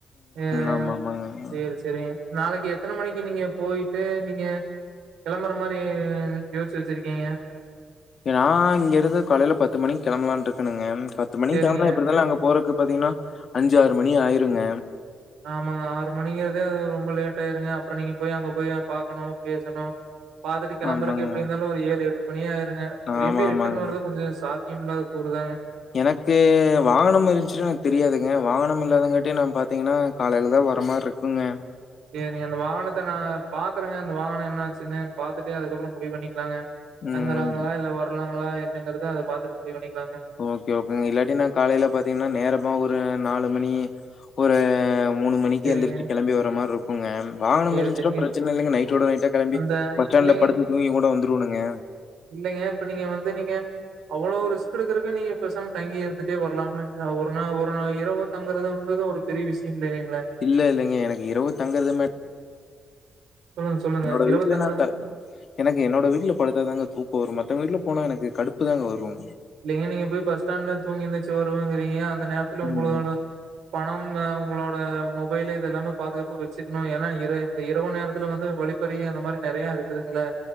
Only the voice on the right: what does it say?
ம்
சேரி சேரிங்க நாளைக்கு எத்தன மணிக்கு நீங்க போயிட்டு நீங்க கெளம்புற மாரி யோசிச்சு வச்சிருக்கீங்க
சேரிங்க.
ஆமாங்க ஆறு மணிங்கிறதே அது ரொம்ப லேட் ஆயிருங்க அப்றோம் நீங்க போய் அங்க போய் பாக்கணும் பேசணும் பாத்துட்டு கிளம்புறக்கு
எப்டி இருந்தாலும் ஒரு ஏழு எட்டு மணி ஆயிருங்க திரும்பி
ரிட்டன் வர்றது கொஞ்சம் சா இன்னொரு கூறுதாங்க
சேரிங்க அந்த வாகனத்த நா பாக்குறேங்க அந்த வாகனம் என்ன ஆச்சுன்னு பாத்துட்டு அதுக்கப்பறம் முடிவு பண்ணிக்கலாங்க
தங்கறாங்களா இல்ல வர்லாங் ங்களா என்னங்கறத அத பாத்துட்டு முடிவு பண்ணிக்கலாங்க
சரிங்க.
சரி,
சரிங்க.
அந்த
இல்லைங்க
இல்லைங்க. இப்ப நீங்க வந்து நீங்க அவ்ளோ ரிஸ்க் எடுக்றதுக்கு நீங்க பேசாம தங்கி இருந்துட்டே வரலாம்ல ஒரு ஒரு இரவு தங்குறதுங்குறது ஒரு பெரிய விஷயம் இல்லை இல்லைங்களே.
சொல்லுங்க, சொல்லுங்க.
இரவு தங்குறது
இல்லங்க நீங்க போய் பஸ்ஸ்டாண்ட்ல தூங்கி எந்திரிச்சு வருவங் கிறீங்க அந்த நேரத்ல உங்களுக்கானு
பணம் உங்களோட மொபைல் இது எல்லாமே பாதுகாப்பு வச்சுக்கணும் ஏன்னா இன் இந்த இரவு நேரத்துல வந்து வழிப்பறி அந்த மாதிரி நெறைய இருக்குதுங்களே